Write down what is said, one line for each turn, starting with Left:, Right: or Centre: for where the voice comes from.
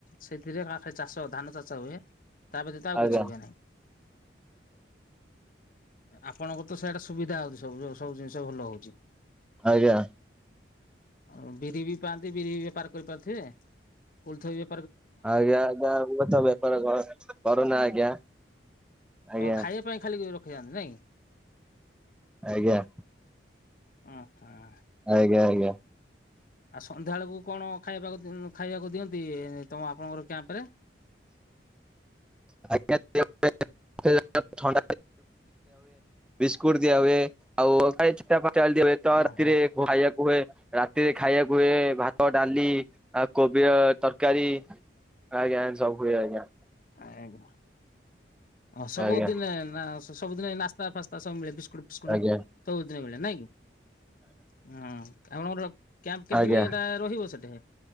Left: ସେଥିରେ ଆ, ଖାଲି ଚାଷ ଧାନ ଚାଷ ହୁଏ। ତା ବ୍ୟତୀତ ଆଉ
Centre: ଆଜ୍ଞା
Left: କିଛି ହୁଏ ନାହିଁ। ଆପଣଙ୍କର ତ ସିଆଡେ ସୁବିଧା ହଉଚି ସବୁର ସବୁ ଜିନିଷ ଭଲ ହଉଚି।
Centre: ଆଜ୍ଞା।
Left: ଆଉ ବିରି ବି ପାଆନ୍ତି, ବିରି ବି ବେପାର କରିପାରୁଥିବେ। କୋଳଥ ବେ
Centre: ଆଜ୍ଞା, ଆଜ୍ଞା ଆମେ ତ ବେପାର କର କରୁନା ଆଜ୍ଞା। ଆଜ୍ଞା
Left: ଓ ଖାଇବା ପାଇଁ ଖାଲି ରଖିଥାଆନ୍ତି ନାଇଁ?
Centre: ଆଜ୍ଞା।
Left: ଆଚ୍ଛା।
Centre: ଆଜ୍ଞା, ଆଜ୍ଞା।
Left: ଆଉ ସନ୍ଧ୍ୟା ବେଳକୁ କଣ ଖାଇବାକୁ ଖାଇଆକୁ ଦିଅନ୍ତି ତମ ଆପଣଙ୍କର କ୍ୟାମ୍ପ ରେ।
Centre: <unintelligible> ଦିଆ ହଏ ବିସ୍କୁଟ ଦିଆ ହୁଏ। <unintelligible> ଖାଇବାକୁ ହୁଏ
Left: ଓହୋ
Centre: ରାତିରେ ଖାଇବାକୁ ହୁଏ ଭାତ ଡାଲି। ଆଉ କୋବି ଆ ତରକାରୀ ଆଜ୍ଞା ଏଁତି ସବୁ ହୁଏ ଆଜ୍ଞା।
Left: ଏହାକୁ ଆଉ ସବୁଦିନେ
Centre: ଆଜ୍ଞା
Left: ସବୁଦିନେ ନାସ୍ ସ୍ତା ଫାସ୍ତା ସବୁ ମିଳେ ସବୁ ବିସ୍କୁଟୁ ପିସ୍କୁଟ୍।
Centre: ଆଜ୍ଞା
Left: ସବୁ ଦିନେ ମିଳେ ନାଇଁ କି ଉଁ ଆପଣଙ୍କର କ୍ୟାମ୍ପ କେତେ
Centre: ଆଜ୍ଞା
Left: ଦିନ ଏଟା। ରହିବ ସେଠେ।